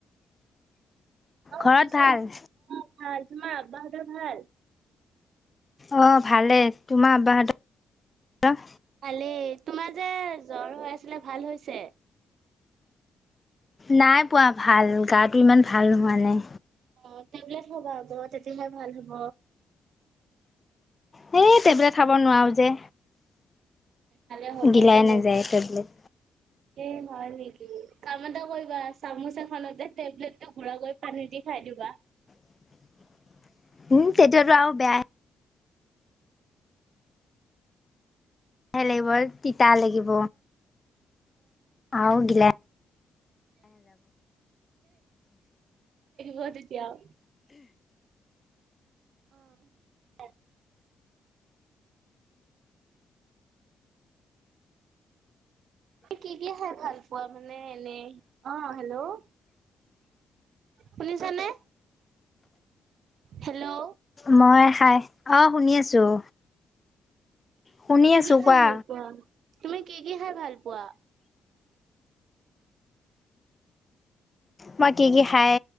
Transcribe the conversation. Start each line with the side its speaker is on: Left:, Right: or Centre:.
Right: অ
Left: ঘৰত
Right: শুনিছো
Left: ভাল
Right: অ ভাল তোমাৰ আব্বা হতৰ ভাল
Left: অ ভালে তোমাৰ আব্বা হতৰ
Right: ভালে তোমাৰ যে জ্বৰ হৈ আছিলে ভাল হৈছে
Left: নাই পোৱা ভাল গাটো ইমান ভাল নোহোৱা নাই
Right: অ টেবলেট খাবা আক তেতিয়াহে ভাল হ'ব
Left: সেই টেবলেট খাব নোৱাৰো যে
Right: তেহলে হ'ব
Left: গিলাই
Right: <unintelligible>
Left: নাযায় টেবলেট
Right: এ হয় নেকি কাম ত কা চামুচাখনতে টেবলেট গ ঘুৰা কৰি পানী দি খাই পিব <unintelligible>
Left: <inaudible> উ সেইটোয়তো আৰু বেয়া লে লাগিব তিতা লাগিব আৰু গিলচ
Right: বত এতিয়া <unintelligible> অ <unintelligible> কি কি খে ভাল পোৱা মানে এনে। অ', হেল্ল'। শুনিছানে হেল্ল',
Left: মই খাই অ শুনি আছোঁ। শুনি
Right: কি,
Left: আছোঁ
Right: কি খাই
Left: কোৱা
Right: ভাল পোৱা তুমি কি, কি খাই ভাল পোৱা।
Left: মই কি, কি খায়।